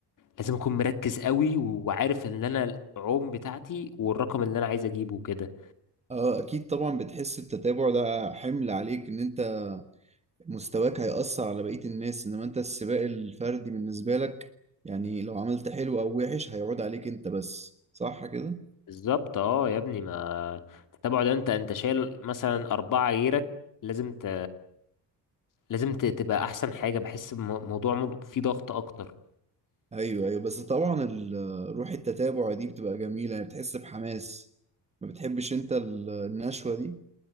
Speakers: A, on the left; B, on the right.
A: لازم اكون مركز قوي وعارف ان انا العوم بتاعتي والرقم اللي انا عايز اجيبه كده
B: اه اكيد طبعا بتحس التتابع ده حمل عليك ان انت مستواك هيأثر على بقية الناس انما انت السباق الفردي بالنسبة لك يعني لو عملت حلو او وحش هيعود عليك انت بس صح كده
A: بالظبط اه يا ابني ما التتابع ده انت انت شايل مثلا اربعة غيرك لازم ت... لازم ت... تبقى احسن حاجة بحس بموضوع مض- فيه ضغط اكتر
B: ايوه ايوه بس طبعا ال- آه، روح التتابع دي بتبقى جميلة يعني بتحس بحماس ما بتحبش انت ال- النشوة دي